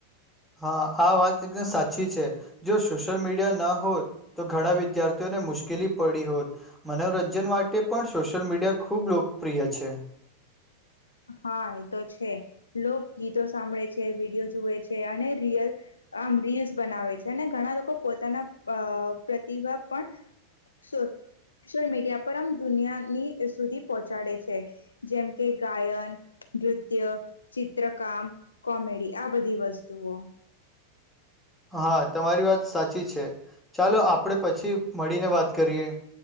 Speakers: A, in the centre; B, on the left.
A: હા, આ વાત એકદમ સાચી છે જો સોશિયલ મીડિયા ન હોત તો ઘણા વિદ્યાર્થીઓને મુશ્કેલી પડી હોત, મનોરંજન માટે પણ સોશિયલ મીડિયા ખૂબ લોકપ્રિય છે.
B: હા, એ તો છે લોક ગીતો સાંભળે છે વિડીયો જુએ છે અને રીયલ આમ રીલ્સ બનાવે છે, અને ઘણા લોકો પોતાના અ પ્રતિભા પણ સોશલ મીડિયા પર આમ દુનિયાની સુધી પહોંચાડે છે, જેમ કે ગાયન નૃત્ય ચિત્રકામ કોમેડી આ બધી વસ્તુઓ
A: હા, તમારી વાત સાચી છે, ચાલો આપણે પછી મળીને વાત કરીએ